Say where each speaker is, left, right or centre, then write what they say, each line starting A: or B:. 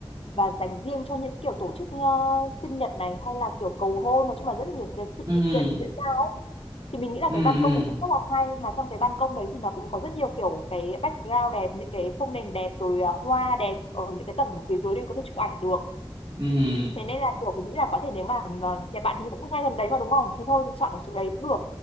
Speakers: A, on the left; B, on the right.
A: và dành riêng cho những kiểu tổ chức ờ, sinh nhật này hay là kiểu cầu hôn nói chung là rất là nhiều những cái sự
B: ừ,
A: sự kiện diễn ra thì mình nghĩ là
B: ừ, ừ,
A: cái ban công đấy cũng rất là hay mà trong cái ban công đấy thì nó cũng có rất nhiều kiểu cái background đẹp những cái phông nền đẹp rồi ờ, hoa đẹp ở những cái tầng phía dưới đây có thể chụp ảnh được
B: ừ.
A: thế nên là kiểu mình nghĩ là có thể nếu mà ờ, nhà bạn thì cũng ngay gần đấy mà đúng không thế thôi chọn ở chỗ đấy cũng được